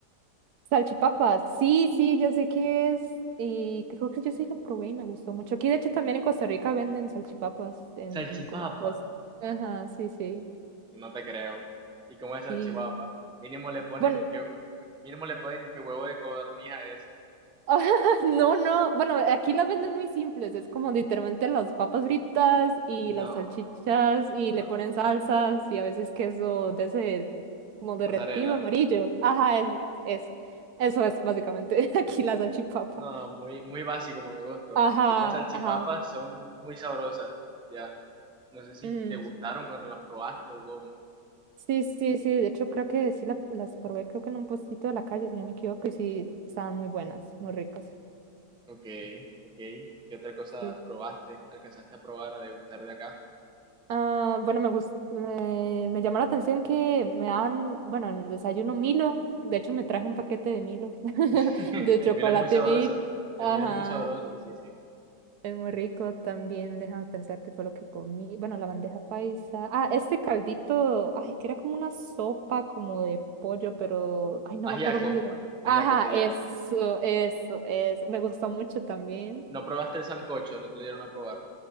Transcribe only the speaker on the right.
Salchipapa, sí, sí, ya sé qué es. Y creo que yo sí lo probé y me gustó mucho. Aquí, de hecho, también en Costa Rica venden salchipapas en
como pues. Ajá, sí, sí.
Sí.
Bueno,
<laughs> no, no. Bueno, aquí las venden muy simples. Es como literalmente las papas fritas y las
salchichas y
le ponen salsas y a veces queso de ese como derretido
amarillo. Ajá, es, es, eso es básicamente <laughs> aquí la salchipapa.
Ajá,
ajá.
mm,
Sí, sí, sí. De hecho, creo que sí la- las probé, creo que en un puestito de la calle, si no me equivoco, y sí, estaban muy buenas, muy ricas.
sí.
Ah, bueno, me gusta, me, me llamó la atención que me dan, bueno, en el desayuno Milo. De hecho, me traje un paquete de Milo, <laughs>
de
chocolate
Mil.
Ajá,
es muy rico también. Déjame pensar qué fue lo que comí. Bueno, la bandeja paisa. Ah, este caldito, ay, que era como una sopa como de pollo, pero, ay, no
me acuerdo cómo se llama.
Ajá,
eso, eso, eso. Me gustó mucho también.